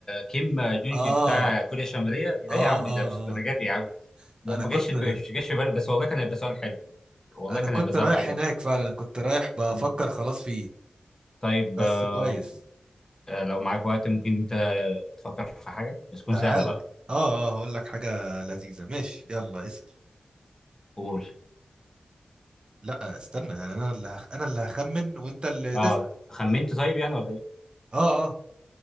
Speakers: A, on the left (about 25°); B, on the right (about 45°).
A: كيم جونج
B: اه
A: بتاع
B: اه
A: كوريا الشمالية
B: اه
A: لا يا عم ده مش الدرجة
B: اه
A: دي يا عم لا
B: انا
A: ما
B: كنت
A: جاش في بالي- مش جاش في بالي بس والله كان هيبقى سؤال حلو والله
B: انا
A: كان
B: كنت
A: هيبقى سؤال
B: رايح
A: حلو
B: هناك فعلا كنت رايح بفكر
A: مم.
B: خلاص فيه
A: طيب
B: بس
A: آه،
B: كويس
A: آه، لو معاك وقت ممكن انت تفكر في حاجة بس تكون
B: تعالى
A: سهلة بقى
B: اه اه هقول لك حاجة لذيذة ماشي يلا اسأل
A: قول
B: لا استنى يعني انا اللي هخ... انا اللي هخمن وانت اللي
A: اه
B: تسأل
A: خمنت طيب يعني ولا ايه
B: اه اه